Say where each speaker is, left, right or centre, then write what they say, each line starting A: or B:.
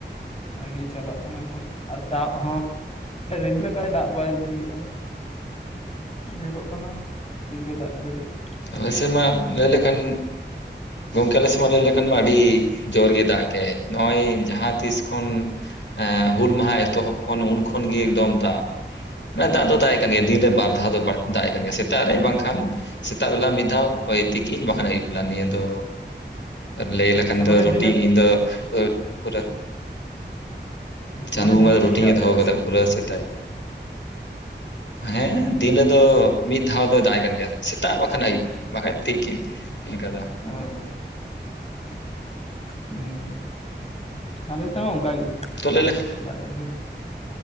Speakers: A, on the left; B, on the left.
A: ᱚᱱᱟ ᱜᱮ ᱪᱟᱞᱟᱜ ᱠᱟᱱᱟ ᱮᱠᱷᱚᱱ ᱟᱨ ᱫᱟᱜ ᱦᱚᱸ ᱢᱟᱱᱮ ᱨᱤᱢᱤᱞ ᱟᱠᱟᱜᱼᱟᱭ ᱫᱟᱜ ᱵᱟᱭ ᱡᱟᱹᱲᱤᱭᱮᱫᱼᱟ ᱾ ᱧᱮᱞᱚᱜ ᱠᱟᱱᱟ ᱛᱤᱨᱮ ᱫᱟᱜ ᱡᱟᱹᱲᱤᱭᱮᱜᱼᱟ
B: ᱣᱮᱭᱥᱮ ᱢᱟ ᱞᱟᱹᱭ ᱞᱮᱠᱷᱟᱱ ᱜᱚᱝᱠᱮ ᱟᱞᱮ ᱢᱟ ᱞᱟᱹᱭ ᱞᱮᱠᱷᱟᱱ ᱢᱟ ᱟᱹᱰᱤ ᱡᱳᱨ ᱜᱮ ᱫᱟᱜ ᱠᱮᱜᱟᱭ ᱱᱚᱜᱼᱚᱭ ᱡᱟᱦᱟᱸ ᱛᱤᱥ ᱠᱷᱚᱱ ᱮ ᱦᱩᱞ ᱢᱟᱦᱟᱸ ᱮᱛᱚᱦᱚᱵ ᱠᱷᱚᱱ ᱩᱱ ᱠᱷᱚᱱ ᱜᱮ ᱮᱠᱫᱚᱢ ᱫᱟᱜ ᱾ ᱢᱟᱱᱮ ᱫᱟᱜ ᱫᱚ ᱫᱟᱜᱮᱜ ᱠᱟᱱ
A: ᱦᱳᱭ
B: ᱜᱮᱭᱟ ᱫᱤᱱᱨᱮ ᱵᱟᱨ ᱫᱷᱟᱣ ᱫᱚ ᱫᱟᱜ ᱮᱫ ᱠᱟᱱ ᱜᱮᱭᱟ ᱥᱮᱛᱟᱜ ᱨᱮ ᱵᱟᱝᱠᱷᱟᱱ ᱥᱮᱛᱟᱜ ᱵᱮᱞᱟ ᱢᱤᱫ ᱫᱷᱟᱣ ᱳᱭ ᱛᱤᱠᱤᱱ ᱵᱟᱠᱷᱟᱱ ᱟᱹᱭᱩᱵ ᱵᱮᱞᱟ ᱱᱤᱭᱟᱹ ᱫᱚ ᱞᱟᱹᱭ
A: ᱟᱪᱪᱷᱟ
B: ᱞᱮᱠᱷᱟᱱ
A: ᱢᱟᱱᱮ
B: ᱫᱚ ᱨᱩᱴᱤᱱ
A: ᱫᱤᱱᱟᱹᱢ
B: ᱫᱚ ᱯᱩᱨᱟᱹ
A: ᱟᱪᱪᱷᱟ
B: ᱪᱟᱸᱫᱚ
A: ᱢᱟᱱᱮ
B: ᱵᱚᱸᱜᱟ
A: ᱫᱤᱱᱟᱹᱢ
B: ᱨᱩᱴᱤᱱ
A: ᱜᱮᱭ ᱫᱟᱜ
B: ᱮ ᱫᱚᱦᱚ
A: ᱮᱜᱼᱟ
B: ᱟᱠᱟᱫᱟ
A: ᱥᱮ
B: ᱯᱩᱨᱟᱹ ᱥᱮᱛᱟᱜ ᱦᱮᱸ ᱫᱤᱱ ᱨᱮᱫᱚ ᱢᱤᱫ ᱫᱷᱟᱣ ᱫᱚᱭ ᱫᱟᱜ ᱮᱫ ᱜᱮᱭᱟ ᱥᱮᱛᱟᱜ ᱵᱟᱠᱷᱟᱱ ᱟᱹᱭᱩᱵ ᱾ ᱵᱟᱠᱷᱟᱡ ᱛᱤᱠᱤᱱ ᱢᱮᱱᱠᱷᱟᱡ ᱫᱚ ᱾
A: ᱚᱸᱻ ᱦᱮᱸ ᱟᱞᱮᱥᱮᱫ ᱦᱚᱸ ᱚᱱᱠᱟ ᱜᱮ
B: ᱛᱚ ᱞᱟᱹᱭ ᱞᱮᱠᱷᱟᱱ
A: ᱫᱟᱜ ᱮᱫ ᱜᱮᱭᱟᱭ ᱾